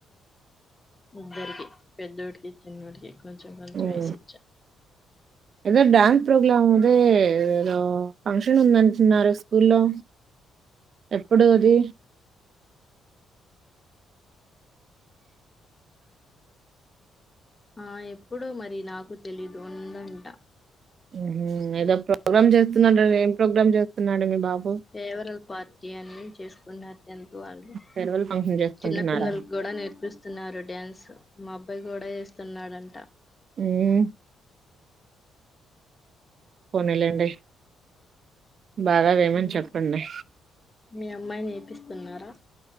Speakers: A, on the left; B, on the right.
A: ఇద్దరికి పెద్దోడికి చిన్నడికి కొంచెం కొంచెం
B: ఉమ్.
A: ఏసిచ్చ
B: ఏదో డ్యాన్స్ ప్రోగ్రామ్ అదే ఏదో ఫంక్షన్ ఉందంటున్నారు స్కూ లో ఎప్పుడు అది
A: ఆ ఎప్పుడో మరి నాకు తెలీదు ఉందంట
B: ఉహూ ఏదో ప్రోగ్రామ్ జేస్తున్నాడు ఏం ప్రోగ్రామ్ చేస్తున్నాడు మీ బాబు
A: ఫేవరల్ పార్ ఏ చేసుకున్నారు ఎందుకు వాళ్ళు
B: ఫేర్వెల్ ఫంక్షన్ చేసుకుంటున్నారా
A: చిన్న పిల్లలు కూడా నేర్పిస్తు వస్తున్నారు డ్యాన్స్ మా అబ్బాయి కూడా వస్తున్నాడంట
B: ఏ పోనీలెండి బాగావేమని
A: మ్మ్
B: చెప్పండి
A: మీ అమ్మాయిని ఏపిస్తున్నారా